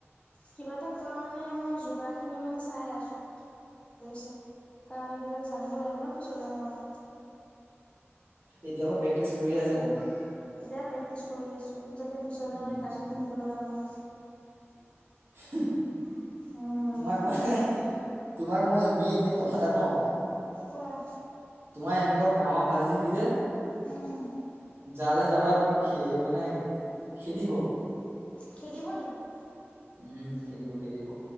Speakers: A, on the left (about 25°); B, on the right (about 55°).
A: কিবা এটা কোৱা মানে মই যোগাৰ খিনি মানে চাই আছো লৈছে কাৰণ এইবিলাক জানিব লাগিব ন কিি চলে মই
B: এতিয় পৰাা প্ৰেক্টিচ কৰি আছে মানে
A: এতিয়া প্ৰেক্টিচ কৰি আছো যাতে পিছলে
B: উম
A: মানে গালি শুনিব লগা নহয়
B: <inaudible>
A: উম,
B: তোমাক মই তোমাক মই এনেই এনেই কথা এটা কওঁ
A: কোৱা
B: তোমাৰ এনেকুৱা কামৰ ভাজ দেখি যে
A: উম।
B: যালে যাবা তোমাক খে মানে খেদিব
A: খেদিব নেকি
B: উম খেদিব খেদিব